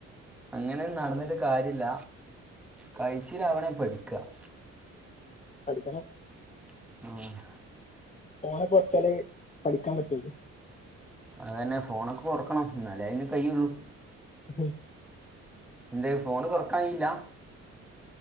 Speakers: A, in the centre; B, on the left.
A: അങ്ങനെ നടന്നിട്ട് കാര്യല്ല കഴിച്ചിലാവണേ പഠിക്കാ-
B: പഠിക്കണം-
A: ആഹ് -
B: ഫോണ് കൊർച്ചാല് പഠിക്കാൻ പറ്റുള്ളു-
A: അതന്നെ ഫോണൊക്കെ കൊറക്കണം എന്നാലേ അയ്ന്കയ്യുള്ളു-
B: <unintelligible>
A: ന്തെ ഫോണ്കൊറക്കായില്ല-